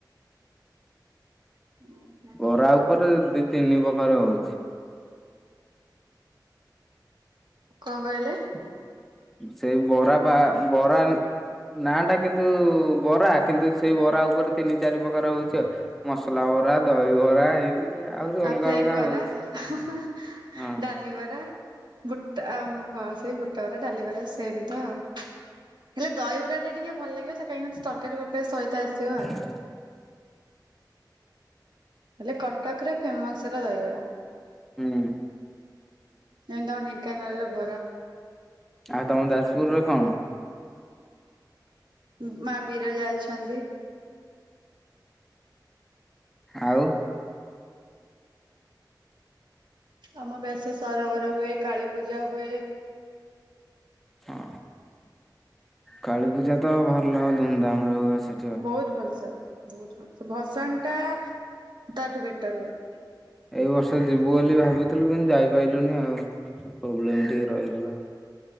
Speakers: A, on the right; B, in the centre.
A: ମୁଁ ଖା
B: ବରା ଉପରେ ଦି, ତିନି ପ୍ରକାର ହଉଛି।
A: କଣ କହିଲେ?
B: ସେଇ ବରା ପା ବରା। ନା ଟା କିନ୍ତୁ ବରା କିନ୍ତୁ ସେଇ ବରା ଉପରେ ତିନି, ଚାରି ପ୍ରକାର ହଉଛି। ମସଲା ବରା, ଦହି ବରା ଏମିତି। ଆହୁରି
A: ଆଉ
B: ଅଲଗା
A: ପ୍ଲେନ୍
B: ଅଲଗା
A: ବରା
B: ହଉଛି
A: ହାଁ ହାଁ
B: ହଁ
A: ଡାଲି ବରା, ବୁଟ ଆଉ ହ <unintelligible> ବୁଟବରା, ଡାଲିବରା ସେମ ତ ଆଉ ହେଲେ ଦହିବରା ଟା ଟିକେ ଭଲ ଲାଗିବ ତା କାହିଁକି ନା ତରକାରୀ ଫରକାରୀ ସହିତ ଆସିବ ଆଉ।
B: ହ।
A: ହେଲେ କଟକରେ ଫେମସ ହେଲା ଦହିବରା।
B: ହୁଁ।
A: ଯେମିତି ତମ ଢେଙ୍କାନଳରେ ବରା।
B: ଆଉ ତମ ଯାଜପୁରରେ କଣ?
A: ଉଁ ମା ବିରଜା ଅଛନ୍ତି।
B: ଆଉ।
A: ଆମର <unintelligible> ସରୋବର ହୁଏ। କାଳୀ ପୂଜା ହୁଏ।
B: ହଁ। କାଳୀ ପୂଜା ତ ଭଲ ଧୁମଧାମ ରେ ହୁଏ ସେ
A: ବହୁତ ଭଲସେ ହୁଏ ବହୁତ ଭଲସେ ଭସାଣୀ ଟା ତାଠୁ ବେଟର ହୁଏ।
B: ଏଇ ବର୍ଷ ଯିବୁ ବୋଲି ଭାବିଥିଲୁ କିନ୍ତୁ ଯାଇପାଇଲୁନି ଆଉ। ପ୍ରୋବ୍ଲେମ ଟିକେ ରହିଗଲା।